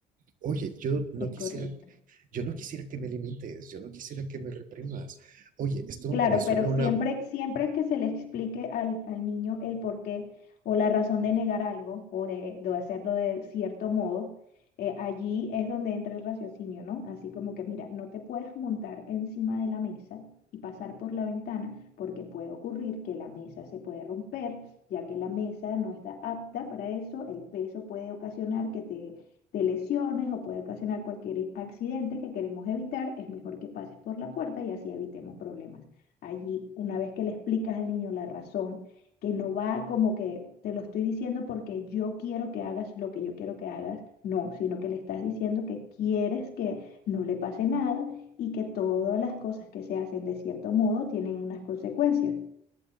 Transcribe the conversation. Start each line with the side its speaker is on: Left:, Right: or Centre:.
Right: Oye, yo no
Left: es
Right: quisiera,
Left: correcto.
Right: yo no quisiera que me limites, yo no quisiera que me reprimas. Oye, esto
Left: Claro,
Right: me suena
Left: pero
Right: a una...
Left: siempre, siempre que se le explique al, al niño el porqué o la razón de negar algo o de, de hacerlo de cierto modo, eh, allí es donde entra el raciocinio, ¿no? Así como que, mira, no te puedes montar encima de la mesa y pasar por la ventana porque puede ocurrir que la mesa se puede romper, ya que la mesa no está apta para eso, el peso puede ocasionar que te, te lesiones o puede ocasionar cualquier accidente que queremos evitar, es mejor que pases por la puerta y así evitemos problemas allí, una vez que le explicas al niño la razón, que no va como que te lo estoy diciendo porque yo quiero que hagas lo que yo quiero que hagas, no, sino que le estás diciendo que quieres que no le pase nada y que todas las cosas que se hacen de cierto modo tienen unas consecuencias.